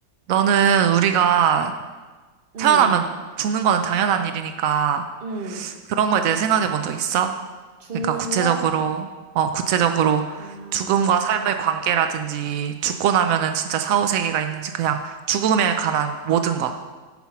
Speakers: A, on the right; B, on the right.
A: 너는 우리가
B: 음,
A: 태어나면 죽는 거는 당연한 일이니까
B: 음.
A: 그런 거에 대해 생각해 본 적 있어?
B: 죽는
A: 그러니까 구체적으로,
B: 거?
A: 어, 구체적으로
B: 아,
A: 죽음과 삶의 관계라든지 죽고 나면은 진짜 사후세계가 있는지 그냥 죽음에 관한 모든 것,